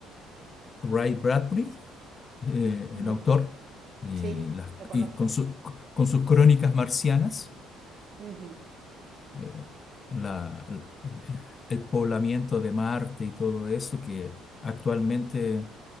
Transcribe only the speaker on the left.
Ray Bradbury, eh,
el autor, y,
las-
y con, su- con sus crónicas marcianas,
eh, la- el, el- el poblamiento de Marte y todo eso que actualmente